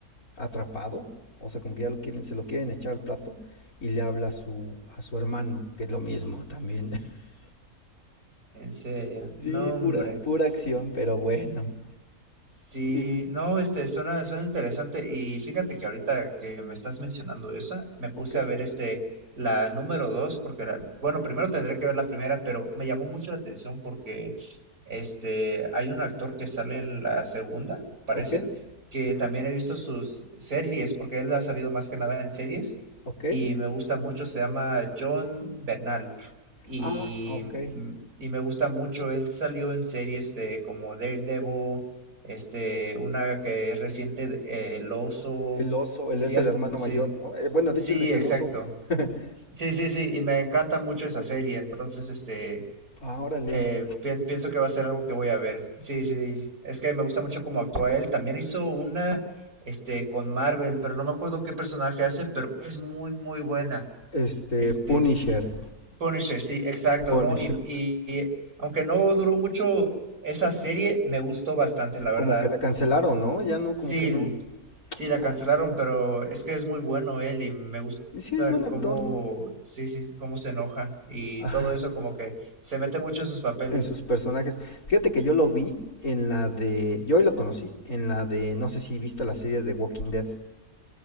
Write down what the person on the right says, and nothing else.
en serio.
No,
hombre.
Sí,
no, este, suena, suena interesante. Y fíjate que ahorita que me estás mencionando esa, me puse
a ver este, la número dos, porque la- bueno, primero tendré que ver la primera, pero me llamó mucho la atención porque este, hay un actor que sale en la segunda, parece,
que
también he visto sus series, porque él ha salido más que nada en series,
y me gusta mucho, se llama John Bernal. Y,
mm, y me gusta mucho, él salió en series de como Daredevil este, una que es reciente, de- eh, El Oso.
Sí,
has-
sí,
sí,
exacto.
Sí, sí, sí, y me encanta mucho esa serie, entonces, este,
eh, pien- pienso que va a ser algo que voy a ver. Sí, sí, es que me gusta mucho cómo actúa él. También hizo una, este, con Marvel, pero no me acuerdo qué personaje hace, pero es muy, muy buena.
Este,
Punisher, sí, exacto,
¿no? Y, y aunque no duró mucho esa serie, me gustó bastante, la verdad.
Sí,
sí, la
cancelaron, pero es que es muy bueno él y me gusta
cómo, sí, sí, cómo se enoja y
todo eso como que se mete mucho en sus papeles.